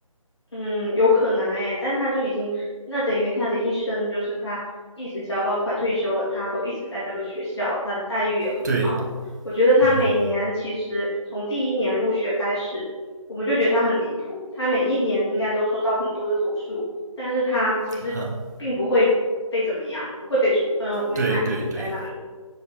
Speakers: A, on the left (about 50°); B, on the right (about 30°).
A: 嗯，有可能哎，但他就已经，那等于他的一生就是他一直教到快退休了，他都一直在这个学校，他的待遇也很好。
B: 对，
A: 我觉得他每年其实从第一年入学开始，
B: 嗯，
A: 我们就觉得他很离谱，他每一年应该都收到很多的投诉，但是他其实并不会被怎么样，
B: 哈，
A: 不会被处分，我认为他一直在那里。
B: 对对对，